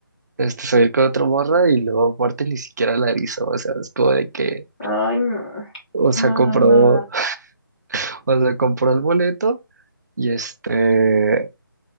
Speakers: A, on the right; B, on the left.
A: este, salir con otra morra y luego aparte ni siquiera la avisó, o sea, es como de que,
B: Ay, no.
A: o
B: No,
A: sea, compró,
B: no, no, no.
A: <laughs> o sea, compró el boleto y este,